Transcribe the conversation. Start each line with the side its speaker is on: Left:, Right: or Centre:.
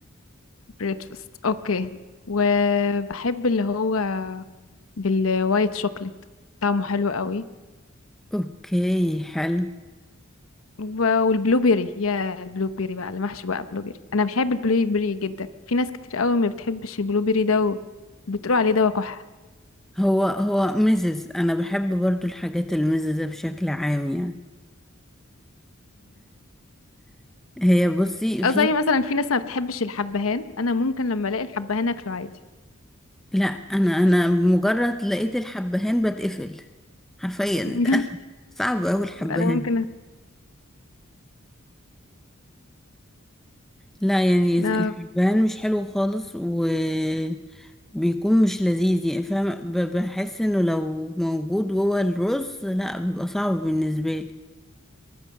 Left: بريتفاست اوكي وبحب اللي هو بالوايت شوكليت طعمه حلو قوي
Centre: اوكي حلو
Left: وب- والبلو بيري يا البلو بيري بقى اللي محشي بقى بلو بيري انا بحب البلو بيري جدا في ناس كتير قوي ما بتحبش البلو بيري ده وبتقول عليه ده وقح
Centre: هو هو ميزز انا بحب برضو الحاجات الميززة بشكل عام يعني هي بصي في
Left: أو زي مثلا في ناس ما بتحبش الحبهان أنا ممكن لما ألاقي الحبهان أكله عادي
Centre: لا انا انا مجرد لقيت الحبهان بتقفل حرفيا
Left: <laughs>
Centre: <laughs> صعب اوي الحبهان
Left: أنا ممكن أ-
Centre: لا يعني الحبهان
Left: آه.
Centre: مش حلو خالص وبيكون مش لذيذ يعني فاهم ب- بحس انه لو موجود جوه الرز لا بيبقى صعب بالنسبة لي